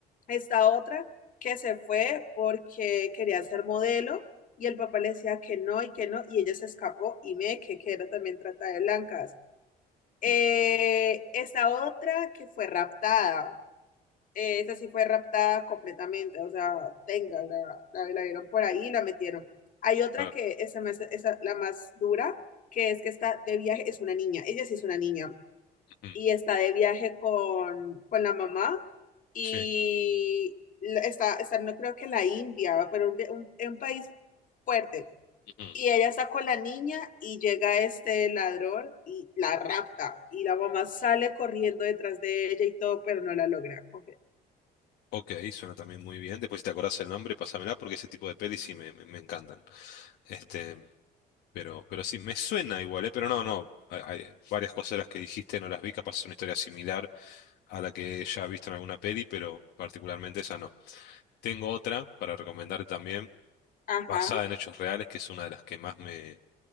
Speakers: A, on the left; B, on the left.
A: Esta otra que se fue porque quería ser modelo y el papá le decía que no y que no y ella se escapó y me que, que era también trata de blancas. Eh,
B: ujú,
A: esta otra que fue raptada, eh, esa sí fue raptada completamente, o sea, tenga, la, la, la vieron por ahí y la metieron. Hay otra
B: Claro.
A: que esa, me hace- esa la más dura, que es que está de viaje, es una niña, ella sí es una niña
B: ujú,
A: y está de viaje con, con la mamá y
B: Sí.
A: la- está, está, no creo que la India, pero un, un- un país fuerte.
B: ujú.
A: Y ella está con la niña y llega este ladrón y la rapta. Y la mamá sale corriendo detrás de ella y todo, pero no la logra coger.
B: Ok, suena también muy bien. Después, si te acordás el nombre, pásamela porque ese tipo de pelis sí me, me me encantan. Este. Pero, pero sí, me suena igual, ¿eh? Pero no, no. Hay, hay varias cosas de las que dijiste, no las vi, capaz es una historia similar a la que ya he visto en alguna peli, pero particularmente esa no. Tengo otra para recomendarte también,
A: Ajá.
B: basada en hechos reales, que es una de las que más me,